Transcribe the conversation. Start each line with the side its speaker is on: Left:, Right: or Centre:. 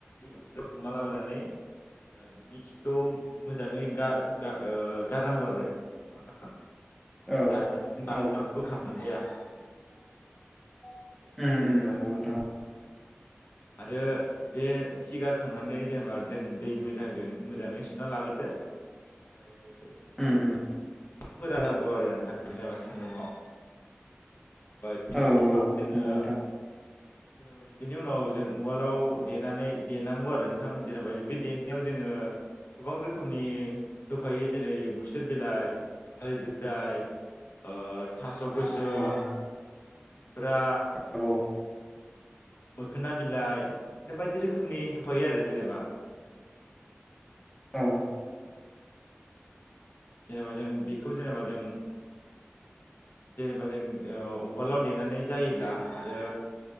Left: हमा लाबोनानै जा बिनि खिखौ मोजाङै गा-गा-ओ गारनांगौ आरो नगोना नोंथां। <unintelligible>
Centre: औ औ उम उम
Left: आरो
Centre: नंगौ नोंथां।
Left: आरो बे खिगारखांनानै जेनेबा जों दै मोजांजों मोजाङै सुना लाग्रोदो ओमफाय
Centre: उम उम।
Left: फोरानांगौ आरो नोंथां जाबा सान्दुंआव <unintelligible>
Centre: औ नंगौ
Left: जेनेबा बिनि उनाव जों उवालाव देनानै देनांगौ आरो नोंथां जेनेबा बे देनायाव जोङो गोबां रोखोमनि होफायो जेरै खुसेर बिलाइ थालिरददाय ओ थास' गोसोम
Centre: नोंथां
Left: खुमब्रा
Centre: औ
Left: मोखोना बिलाइ बिदिनो बायदि रोखोमनि होफायो आरो जेनेबा
Centre: औ।
Left: जेनेबा जों बेखौ जेनेबा जों जेनेबा जों ओ उवालाव देनानै जायोब्ला आरो